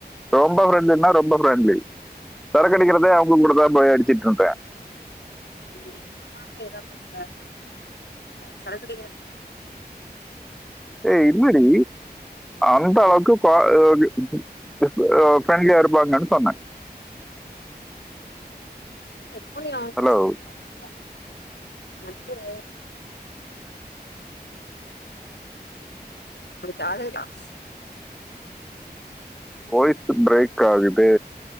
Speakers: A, in the centre; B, on the left.
A: ரொம்ப ஃப்ரெண்டுனா ரொம்ப ஃப்ரெண்ட்லி சரக்கடிக்கிறதே அவங்க கூட தா போய் அடிச்சிட்டு இருந்தே
B: <unintelligible> ஏத பண்க்க சரக்கடிக்க <inaudible>
A: ஏ இல்லடி அந்த அளவுக்கு குவா அ உ அ ஃபிரெண்ட்லியா இருப்பாங்கன் சொன்ன
B: எப்போ நீ அவே கூட
A: ஹலோ
B: சுத்துன <inaudible> வந்துரு ஒனுக்கு ஜாதக லாஸ்
A: வாய்ஸ்ஸு ப்ரேக்காகுது